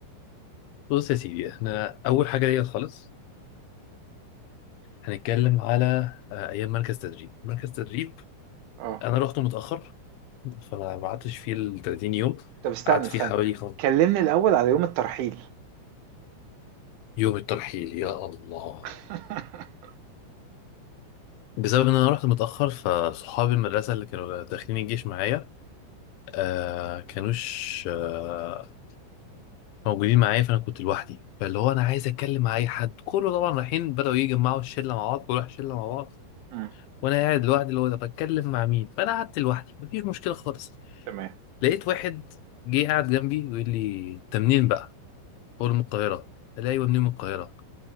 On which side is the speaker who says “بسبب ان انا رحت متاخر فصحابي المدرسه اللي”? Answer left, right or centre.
Left